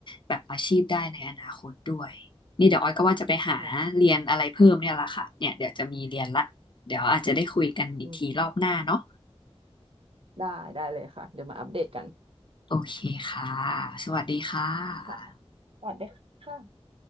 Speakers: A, on the left; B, on the right.
A: แบบอาชีพได้ในอนาคตด้วยนี่เดี๋ยวออยก็ว่าจะไปหาเรียนอะไรเพิ่มเนี่ยละค่ะเนี่ยเดี๋ยวจะมีเรียนละเดี๋ยวอาจจะได้คุยกันอีกทีรอบหน้าเนาะ
B: ค่ะอืมได้ได้เลยค่ะ เดี๋ยวมาอัปเดตกัน
A: โอเคค่ะสวัสดีค่ะ
B: ค่ะสวัสดีค่ะ